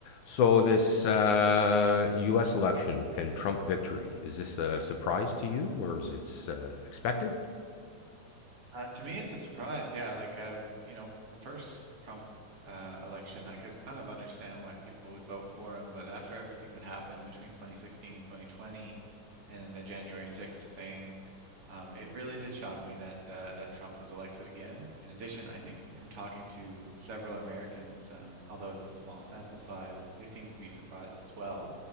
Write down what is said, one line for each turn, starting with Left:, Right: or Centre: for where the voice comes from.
Left: So this uh, U.S. election and Trump victory is this a surprise to you, or is it uh, expected?
Right: Uh, to me, it's a surprise. Yeah, like um, you know, the first Trump uh, election, I could kind of understand why people would vote for him, but after everything that happened between 2016 and 2020, and the January 6th thing, um, it really did shock me that uh, that Trump was elected again. In addition, I think from talking to several Americans, um, although it's a small sample size, they seem to be surprised as well.